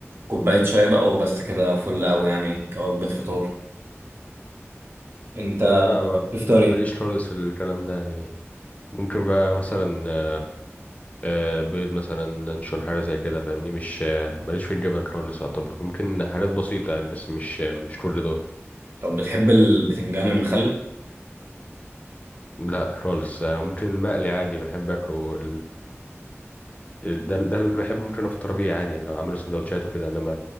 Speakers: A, on the right (about 55°); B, on the left (about 30°).
A: كوباية شاي بقى وبس كده فل أوي يعني كوجبة فطار أنت
B: آه لا ما-
A: بتفطر إيه؟
B: ماليش خالص في الكلام ده يعني ممكن بقى مثلا آه، آه، بيض مثلا لانشون حاجه زي كده فاهمني مش آه، ماليش في الجبن خالص يعتبر ممكن حاجات بسيطه يعني بس مش آه، مش كل دول
A: طب بتحب البتنجان المخلل؟
B: لا خالص آه، ممكن المقلي عادي بحب اكله ده ده اللي بحبه ممكن افطر بيه عادي يعني لو اعمل سندوتشات وكده انما